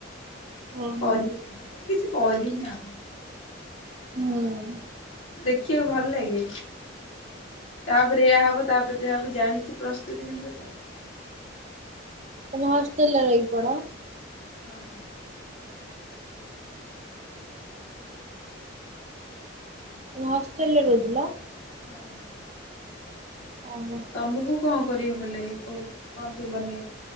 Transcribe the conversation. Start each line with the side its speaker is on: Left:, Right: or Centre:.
Left: ମୁଁ କିଛି
Right: ଓହୋ
Left: କରିନି, କେବେ କିଛି କରିନି ଆଉ।
Right: ହୁଁ ହଁ
Left: ଦେଖିବାକୁ ଭଲ୍ ଲାଗେ ତାପରେ ଏୟା ହବ ତାପରେ ସେୟା ହବ ଜାଣିଚି ପ୍ରଶ୍ ଦି କିନ୍ତୁ ପରେ।
Right: ତମ ହଷ୍ଟେଲ୍ ରେ ରହିକି ପଢ଼?
Left: ହଁ।
Right: କୋଉ ହାଷ୍ଟେଲରେ ରହୁଥିଲା?
Left: ହୁଁ ଉଁ
Right: ଓହୋ।
Left: ତମକୁ କଣ କରିବାକୁ ଭଲ ଲାଗେ, କୋଉ କଣ ସବୁ ବନେଇବାକୁ?